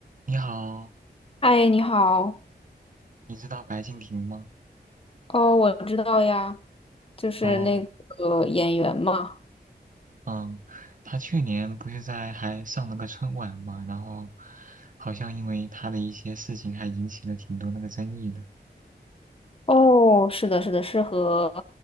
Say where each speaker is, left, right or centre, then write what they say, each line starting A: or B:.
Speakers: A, on the right; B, on the left.
A: 你好，
B: 嗨，你好。
A: 你知道白敬亭吗？
B: 哦，我知道呀，就是那个演员嘛。
A: 哦，嗯，他去年不是在还上了个春晚嘛，然后好像因为他的一些事情还引起了挺多那个争议的。
B: 哦，是的，是的，是和